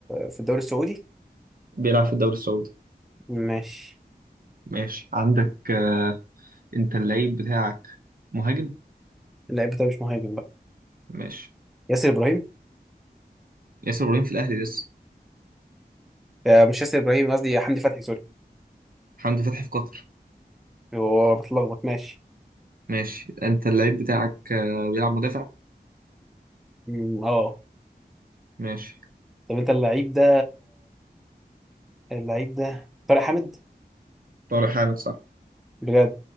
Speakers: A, in the centre; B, on the right (about 60°).
A: في الدوري السعودي
B: بيلعب في الدوري السعودي
A: ماشي
B: ماشي عندك آه، انت اللعيب بتاعك مهاجم
A: اللعيب بتاعي مش مهاجم بقى
B: ماشي
A: ياسر ابراهيم
B: ياسر ابراهيم في الاهلي لسه
A: آه مش ياسر ابراهيم قصدي حمدي فتحي سوري
B: حمدي فتحي في قطر
A: هو بتلخبط ماشي
B: ماشي انت اللعيب بتاعك آه، بيلعب مدافع
A: أمم، اه
B: ماشي
A: طب انت اللعيب ده اللعيب ده طارق حامد
B: طارق حامد صح
A: بجد